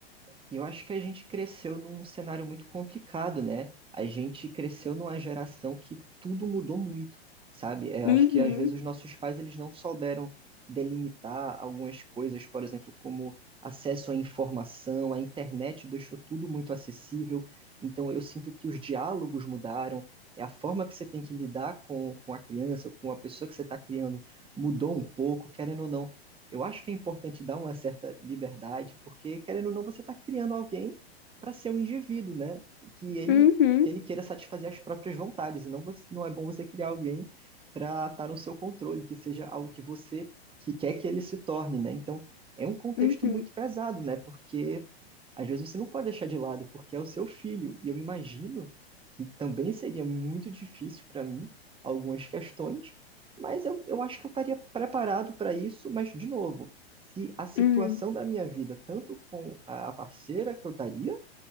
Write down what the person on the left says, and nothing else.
Uhum,
uhum,
uhum,
uhum,